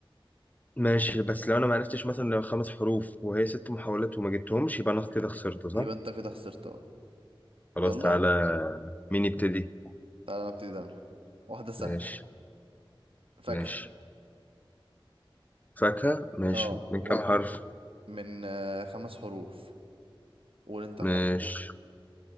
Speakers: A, on the left; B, on the right.
A: ماشي بس لو انا ما عرفتش مثلا لو خمس حروف وهي ست محاولات وما جبتهمش يبقى انا كده خسرت صح
B: يبقى انت كده خسرت اهو
A: خلاص
B: يلا
A: تعالى مين يبتدي
B: تعالى نبتدي ده واحدة سهلة
A: ماشي
B: فاكهة
A: ماشي فاكهة ماشي
B: اه
A: من
B: قول
A: كام
B: حرف
A: حرف
B: من آه، خمس حروف قول انت حرف
A: ماشي